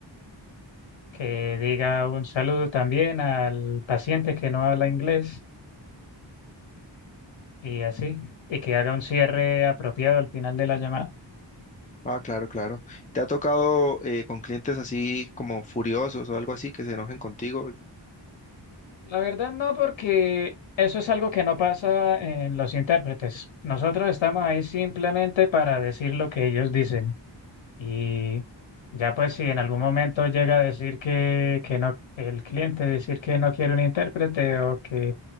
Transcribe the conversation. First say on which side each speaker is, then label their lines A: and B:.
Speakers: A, on the left (about 85°); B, on the left (about 15°).
A: que diga un saludo también al paciente que no habla inglés y así, y que haga un cierre apropiado al final de la llamada.
B: Ah, claro, claro. ¿Te ha tocado eh, con clientes así como furiosos o algo así que se enojen contigo?
A: La verdad no, porque eso es algo que no pasa en los intérpretes. Nosotros estamos ahí simplemente para decir lo que ellos dicen. Y ya pues si en algún momento llega a decir que, que no, el cliente decir que no quiere un intérprete o que